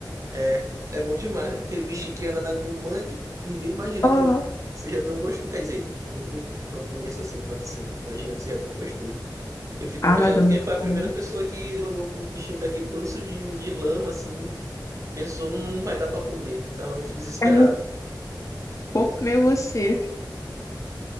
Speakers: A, on the right (about 45°); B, on the left (about 40°).
A: É, é bom demais, né? Aquele bichinho que anda na- no mangue, ninguém imagina
B: Uhum.
A: que seja tão gostoso. Quer dizer, eu que não conheço assim tanto assim, imagina que seja tão gostoso. Eu fico
B: Ah,
A: imaginando
B: mas é muito
A: quem foi a primeira
B: bom.
A: pessoa que olhou para um bichinho daquele todo sujo de, de lama, assim, pensou, hum, vai dar para comer. Tava muito desesperado.
B: É, Vou comer você.